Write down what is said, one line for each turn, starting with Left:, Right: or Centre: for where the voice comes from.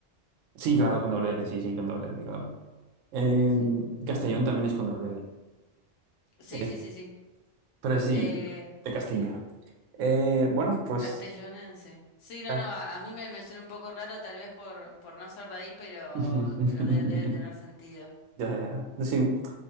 Right: sí, claro, con doble L, sí, sí, con doble L, claro. En
Left: Sí, sí.
Right: Castellón también es con doble L.
Left: Sí,
Right: Eh,
Left: sí, sí, sí.
Right: pero sí,
Left: Eh,
Right: de Castilla. Eh, bueno, pues...
Left: Castellonense. Sí, no,
Right: ah.
Left: no, a, a mí me, me suena un poco raro tal vez por, por no ser de ahí, pero,
Right: <laughs>
Left: pero de- debe tener sentido.
Right: Ya, ya, ya. Sí,